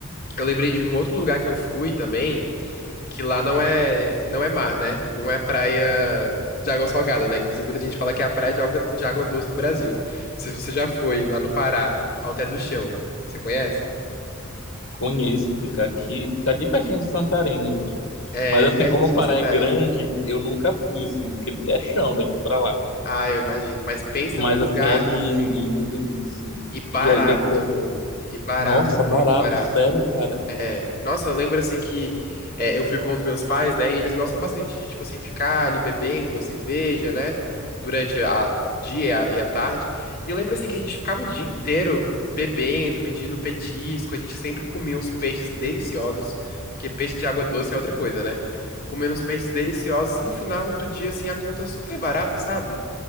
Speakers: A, on the left; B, on the left.
A: eu lembrei de um outro lugar que eu fui também, que lá não é, não é mar, né? Não é praia de água salgada, né? Inclusive, muita gente fala que é a praia de água, de água doce do Brasil. Não sei se você já foi lá no Pará, ao Té do Chão. Você conhece?
B: Conheço, ficar aqui, ficar ali pertinho de Santarém. no-
A: É
B: Mas assim,
A: pertinho
B: como o Pará
A: de Santarém.
B: é grande, eu nunca fui, assim, porque é chão daqui pra lá.
A: Ah, eu imagino. Mas pensa
B: Mas
A: num lugar
B: assim, é lindo,
A: lindo
B: lindo, lindo, sim.
A: e barato.
B: E aí, o que que você achou?
A: E barato,
B: Nossa,
A: muito
B: barato,
A: barato.
B: sério, cara.
A: É. Nossa, eu lembro assim que é, eu fui com os meus pais, né? E eles gostam bastante de, tipo assim, ficar ali bebendo a cerveja, né? Durante a- o dia e a, e a tarde. E eu lembro assim que a gente ficava o dia inteiro bebendo, pedindo petisco. A gente sempre comia uns peixes deliciosos, porque peixe de água doce é outra coisa, né? Comendo uns peixes deliciosos e no final do dia, assim, a conta super barata, sabe?